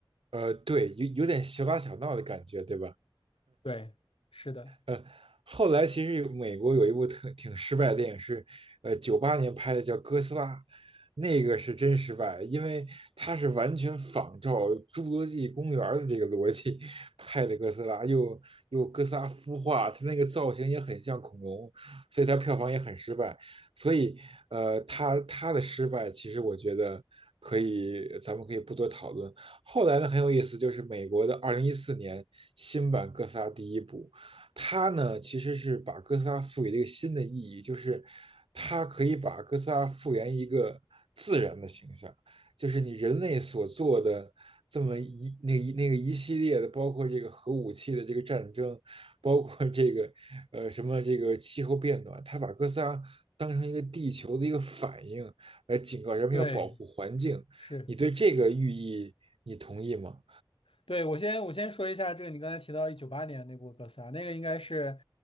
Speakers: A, on the right; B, on the left.
A: 呃对有有点小打小闹的感觉，对吧？
B: 对，是的，
A: 呃，后来其实有美国有一部特挺失败的电影是，呃，九八年拍的叫《哥斯拉》，那个是真失败，因为它是完全仿照《侏罗纪公园》的这个逻辑拍的哥斯拉，又又哥斯拉孵化，它那个造型也很像恐龙，所以它票房也很失败。所以，呃，它它的失败，其实我觉得可以，咱们可以不多讨论。后来呢，很有意思，就是美国的二零一四年新版哥斯拉第一部。它呢其实是把哥斯拉赋予了一个新的意义，就是它可以把哥斯拉复原一个自然的形象，就是你人类所做的这么一那一那个一系列的，包括这个核武器的这个战争，包括这个呃什么这个气候变暖，它把哥斯拉当成一个地球的一个反应来警告人们要保护环境。
B: 对，是。
A: 你对这个寓意你同意吗？
B: 对，我先我先说一下这个，你刚才提到一九八年那部哥斯拉，那个应该是